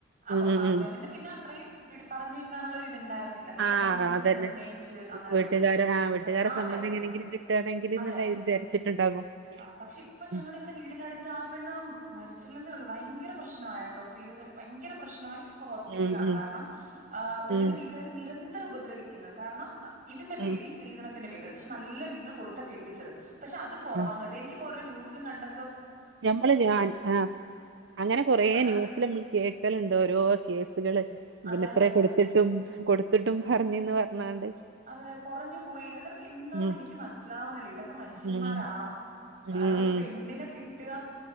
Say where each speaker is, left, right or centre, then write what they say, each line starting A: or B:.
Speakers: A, on the right; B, on the right.
A: അപ്പം
B: ഉം ഉം
A: ഹസ്ബൻഡിന്
B: ഉം
A: പിന്ന. അത്രയും വീട്ടിൽ പറഞ്ഞ് നിൽക്കാന്നുള്ള ഒരു ഇതുണ്ടായിരുന്നു. ന്നില്ല, പെട്ടെന്ന്
B: ആഹ്
A: നമ്മള് നോക്കുന്നതെന്താ
B: അതന്നെ
A: സ്നേഹിച്ച് അങ്ങനെയെരിത്.
B: വീട്ടുകാരെ ആഹ് വീട്ടുകാരെ
A: അ
B: സമ്മതം
A: അതെ അതെ
B: എങ്ങനെങ്കിലും കിട്ടുകയാണെങ്കിൽന്ന്
A: അതെ
B: വിചാരിച്ചിട്ടുണ്ടാകും
A: അ പക്ഷേ ഇപ്പ ഞങ്ങളുടെ
B: ഉം
A: ഇവിടെ വീടിനടുത്ത് ആ പെണ്ണ്. മരിച്ചില്ലെന്നെയുള്ളു വയങ്കര പ്രശ്നമായട്ടോ, സീരിയസായി വയ പ്രശ്നോയി, ഇപ്പ ഹോസ്പിറ്റലിൽ
B: ഉം
A: ആണ്
B: ഉം
A: കാരണം പെണ്ണിന്റെ
B: ഉം
A: വീട്ടുകാര് നിരന്തരം ഉപദ്ര ഉപദ്രവിക്കുന്നു കാരണം. ഇതിന്റെ പേരിൽ
B: ഉം
A: സ്ത്രീധനത്തിന്റെ പേരിൽ പക്ഷേ നല്ല രീതിയിൽ കൊടുത്താണ് കെട്ടിച്ചത്. പക്ഷേ അതു കുറവാന്ന്
B: ഉം
A: എനിക്ക്. ഇപ്പ ഒരു ന്യൂസിലും കണ്ട്.
B: ഞമ്മള് ഞാൻ അ അങ്ങനെ കൊറെ
A: അതാ
B: ന്യൂസില് മ്മള് കേൾക്കലുണ്ട്. ണ്ടോരോ കേസ്. സ്കള്
A: അതെ
B: ഇത്രെ
A: അതെ അതെ
B: കൊടുത്തിട്ടും കൊടുത്തിട്ടും പറഞ്ഞിന്ന് പറഞ്ഞാല്.
A: അതെ കുറഞ്ഞ് പോയി, അവർക്ക് എന്താന്ന്
B: ഉം
A: എനിക്ക് മനസിലാവുന്നില്ല ഇതൊക്കെ മനുഷ്യന്മാരാണോ?
B: ഉം
A: കാരണം
B: ഉം
A: ഒരു പെണ്ണിനെ കിട്ടുക